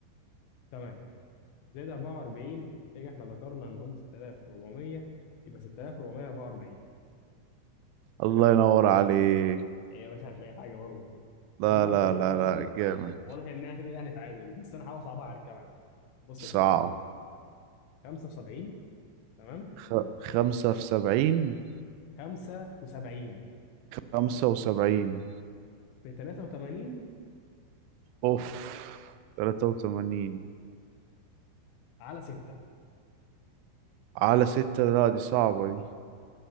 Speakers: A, on the left; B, on the right.
A: تمام زائد 44 كده احنا ذكرنا ان هم 6400 يبقى 6444
B: الله ينور عليك
A: ايه بس مش اي حاجه برضه
B: لا
A: يلا
B: لا
A: كده
B: لا لا جامد
A: واضح ان احنا كده يعني تعادل بس انا هحاول اصعبها عليك كمان بص
B: صعب
A: يا سيدي 75 تمام
B: خ... خمسة في سبعين
A: 75
B: خمسة وسبعين
A: في 83
B: أوف تلاتة وتمانين
A: على 6
B: على ستة لا دي صعبة دي